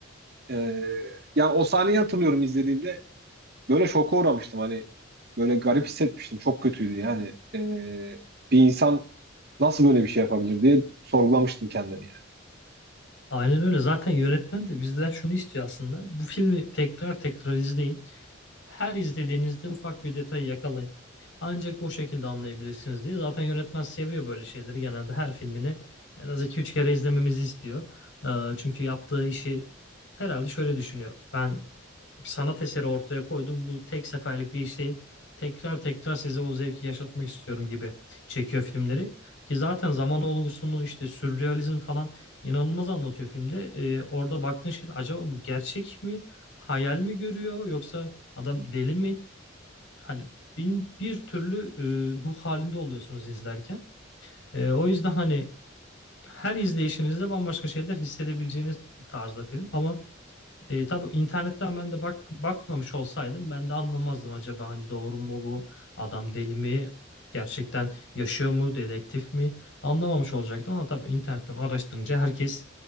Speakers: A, on the right; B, on the left.
A: E, yani o sahneyi hatırlıyorum izlediğimde böyle şoka uğramıştım hani böyle garip hissetmiştim çok kötüydü yani Ee, bir insan nasıl böyle bir şey yapabilir diye sorgulamıştım kendimi yani.
B: Aynen öyle. Zaten yönetmen de bizden şunu istiyor aslında. Bu filmi tekrar tekrar izleyin. Her izlediğinizde ufak bir detayı yakalayın. Ancak o şekilde anlayabilirsiniz diye. Zaten yönetmen seviyor böyle şeyleri. Genelde her filmini en az iki üç kere izlememizi istiyor. Ee, çünkü yaptığı işi herhalde şöyle düşünüyor. Ben bir sanat eseri ortaya koydum. Bu tek seferlik bir iş değil. Tekrar tekrar size o zevki yaşatmak istiyorum gibi çekiyor filmleri. Ki zaten zaman olgusunu işte sürrealizm falan inanılmaz anlatıyor filmde. Ee, orada baktığın şey acaba bu gerçek mi? Hayal mi görüyor yoksa adam deli mi? Hani bin bir türlü e, ruh halinde oluyorsunuz izlerken. E, o yüzden hani her izleyişinizde bambaşka şeyler hissedebileceğiniz bir tarzda film. Ama e, tabii internetten ben de bak bakmamış olsaydım ben de anlamazdım acaba hani doğru mu bu adam deli mi gerçekten yaşıyor mu dedektif mi anlamamış olacaktım ama tabii internetten araştırınca herkes